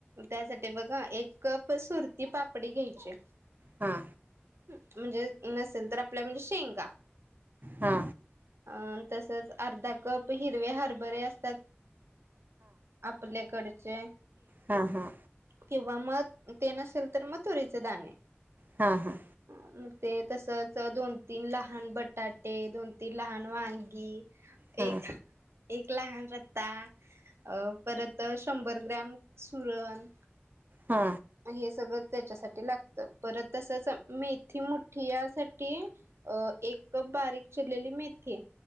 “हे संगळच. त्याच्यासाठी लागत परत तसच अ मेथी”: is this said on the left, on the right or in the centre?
Right